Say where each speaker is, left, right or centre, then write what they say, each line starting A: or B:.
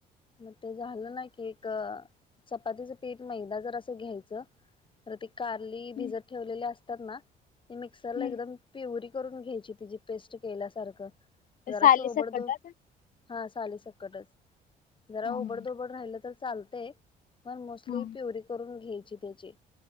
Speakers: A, on the left; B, on the left.
A: मग ते झालं ना की एक चपातीचं पीठ मैदा जरासं घ्यायचं. तर ती कारली
B: हम्म,
A: भिजत ठेवलेली असतात ना ते मिक्सरला
B: हम्म.
A: एकदम प्युरी करून घ्यायची तिजी पेस्ट केल्यासारखं जरास
B: साली
A: ओबड
B: सकट
A: धोब हा सली सकटच जरा
B: हं,
A: ओबड धोबड राहिलं तर चालतय. पण मोस्टली
B: हं,
A: प्युरी करून घ्यायची त्याची